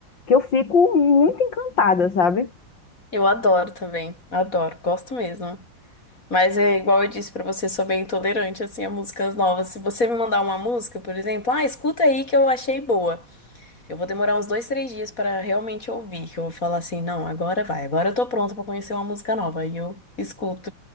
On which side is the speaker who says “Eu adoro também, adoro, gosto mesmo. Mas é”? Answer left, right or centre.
Left